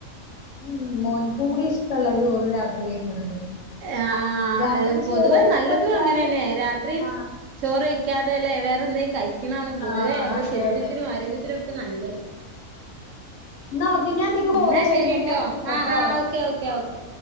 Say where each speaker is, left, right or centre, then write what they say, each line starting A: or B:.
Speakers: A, on the left; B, on the right.
A: ഉം മോൻ കൂടി ഇഷ്ട അല്ല ചോറ് രാത്രി കഴിക്കണത്
B: ആഹ്ആഹ്
A: രാത്രി
B: ഏ പൊതുവെ
A: ചോറ്
B: നല്ലതും
A: കൊടുത്താല്
B: അങ്ങനെന്നെ രാത്രി
A: ആഹ്
B: ചോറ് കായിക്കാതെയല്ലേറെ എന്തെങ്കും കൈ- - ണാണ് പൊതുവേ
A: ആഹ്
B: നമ്മള
A: അതെ
B: ശരീരത്തിനും
A: അതെ
B: ആരോഗ്യത്തിനും ഒക്കെ നല്ലേ
A: എന്നാ ഓക്കെ ഞാൻ ഇതിക്ക് കോള്
B: എന്നാ ശരിട്ടോ
A: വരുന്നുണ്ട് ഞാൻ വിളിക്കാട്ടോ
B: ആഹ് ആഹ് ഓക്കെ ഓക്കെ ഓക്കെ